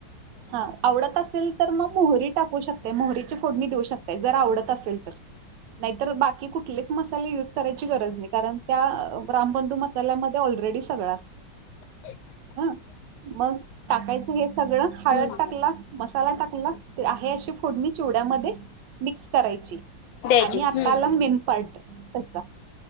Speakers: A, on the right; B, on the left.
A: हा आवडत असेल तर मग मोहरी टाकू शकतेय मोहरीची फोडणी देऊ शकते. ते जर आवडत असेल तर नाहीतर बाकी कुठलेच मसाले युज करायची गरज नाही, कारण त्या रामबंधू मसा त्याला मध्ये ऑलरेडी सगळं असत.
B: हो
A: हा मग टाकायचं हे सगळं? हळद
B: हम्म
A: टाकला, मसाला टाकला ते आहे अशी फोडणी चिवड्यामध्ये मिक्स करायची.
B: द्यायची.
A: आणि आता
B: हम्म
A: आला मेन पार्ट त्या